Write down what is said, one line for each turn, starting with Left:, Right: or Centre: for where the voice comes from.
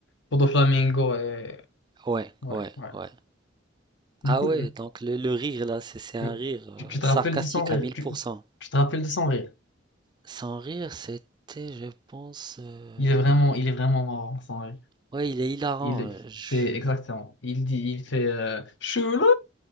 Left: pour Doflamingo. Et...
Right: ouais,
Left: Ouais,
Right: ouais,
Left: ouais.
Right: ouais.
Left: Du
Right: Ah
Left: coup,
Right: ouais,
Left: le-
Right: donc le, le rire là, c'est c'est un
Left: le-
Right: rire euh,
Left: tu, tu te
Right: sarcastique
Left: rappelles de son rire.
Right: à mille
Left: Tu,
Right: pour cent
Left: tu te rappelles de son rire.
Right: Sans rire, c'était, je pense, heu,
Left: Il est vraiment, il est vraiment marrant, son rire.
Right: ouais, il est hilarant,
Left: Il, est-
Right: heu, je
Left: c'est exactement. Il dit, il fait euh, Chouloulou